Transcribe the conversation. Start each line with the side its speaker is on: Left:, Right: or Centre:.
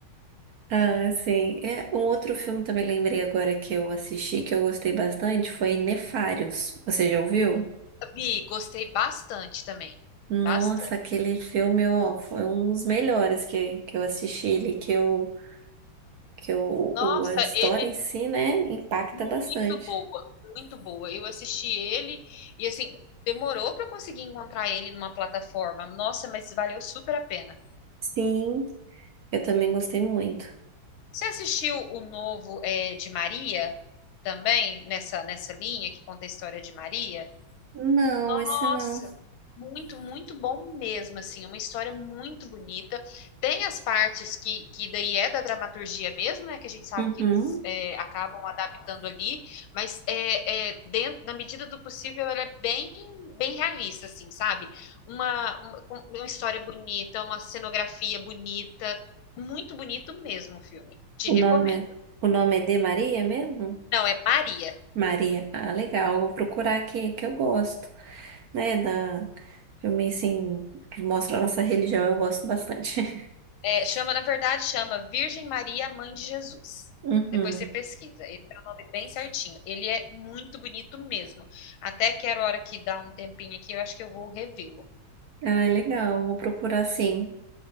Right: Ah, sim. É, um outro filme também lembrei agora que eu assisti, que eu gostei bastante, foi Nefários. Você já ouviu?
Left: Vi, gostei bastante também.
Right: Nossa,
Left: Bastante.
Right: aquele filme, ó, foi um dos melhores que, que eu assisti ele, que eu, que eu,
Left: Nossa,
Right: o- a história
Left: ele é
Right: em si, né, impacta
Left: muito
Right: bastante.
Left: boa, muito boa. Eu assisti ele e assim, demorou para eu conseguir encontrar ele numa plataforma. Nossa, mas valeu super a pena.
Right: Sim, eu também gostei muito.
Left: Você assistiu o novo é, de Maria também, nessa, nessa linha que conta a história de Maria?
Right: Não,
Left: Nossa,
Right: esse não.
Left: muito, muito bom mesmo, assim, uma história muito bonita. Tem as partes que, que daí é da dramaturgia mesmo, né, que a gente sabe
Right: Uhum.
Left: que eles é, acabam adaptando ali, mas é, é, dentro, na medida do possível, ela é bem, bem realista, assim, sabe? Uma, uma, com- uma história bonita, uma cenografia bonita, muito bonito mesmo o filme. Te recomendo.
Right: O nome é, o nome é de Maria mesmo?
Left: Não, é Maria.
Right: Maria. Ah, legal. Vou procurar aqui, que eu gosto, né, da Filme, assim, que mostra a nossa religião, eu gosto bastante. <laughs>
Left: É, chama, na verdade, chama Virgem Maria, Mãe de Jesus.
Right: Uhum.
Left: Depois você pesquisa. Ele tem o nome bem certinho. Ele é muito bonito mesmo. Até que era hora que dá um tempinho aqui, eu acho que eu vou revê-lo.
Right: Ah, legal, vou procurar sim.